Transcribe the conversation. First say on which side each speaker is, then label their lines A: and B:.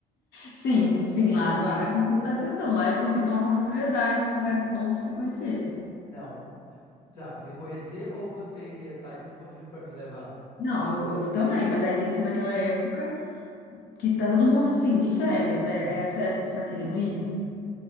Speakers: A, on the left; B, on the left.
A: Sim, sim, lá,
B: Vai,
A: lá eu consigo dar atenção, lá eu consigo falar com propriedade os lugares bons para você conhecer.
B: Não, tá, pra me conhecer ou você iria estar disponível pra me levar?
A: Não, eu, eu também, mas aí tem que ser naquela época que tá todo mundo, sim, de férias. É, é essa época que você tá querendo ir?